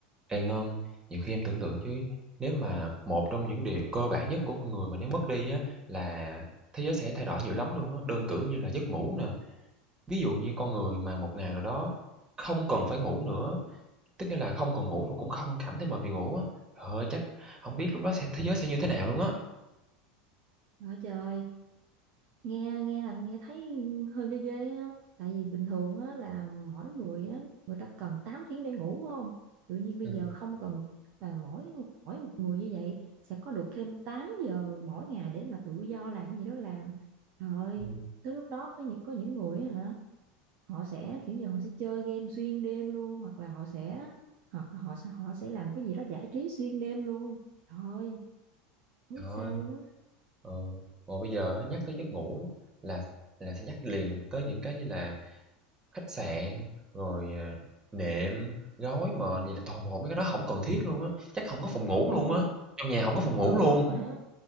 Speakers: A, on the right; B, on the right.
A: Ê Ngân, nhiều khi em tưởng tượng chứ nếu mà một trong những điều cơ bản nhất của con người mà nếu mất đi á là thế giới sẽ thay đổi nhiều lắm luôn á, đơn cử như là giấc ngủ nè. Ví dụ như con người mà một ngày nào đó không cần phải ngủ nữa, tức nghĩa là không còn ngủ và cũng không cảm thấy mệt vì ngủ á. Trời ơi, chắc không biết lúc đó sẽ thế giới sẽ như thế nào luôn á.
B: Nói trời, nghe nghe là nghe thấy hơi ghê ghê ha. Tại vì bình thường á, là mỗi người á, người ta cần 8 tiếng để ngủ phải không? Tự nhiên bây
A: Ừ.
B: giờ không cần ngủ. là mỗi mỗi một người như vậy sẽ có được thêm 8 giờ mỗi ngày để mà tự do làm cái gì đó làm. Trời ơi,
A: ừ.
B: tới lúc đó có những có những người á hả, họ sẽ kiểu như họ sẽ chơi game xuyên đêm luôn hoặc là họ sẽ hoặc là họ sẽ họ sẽ làm cái gì đó giải trí xuyên đêm luôn. Trời ơi, không
A: Trời
B: biết
A: ơi,
B: sao luôn á.
A: ờ, rồi bây giờ á, nhắc tới giấc ngủ là là sẽ nhắc liền tới những cái như là Khách sạn, rồi, à, nệm, gối, mền, gì là toàn bộ mấy cái đó không cần thiết luôn á, chắc không có phòng ngủ
B: Ừ,
A: luôn
B: <laughs>
A: á, trong nhà không có phòng ngủ
B: ừ
A: luôn.
B: đúng rồi á.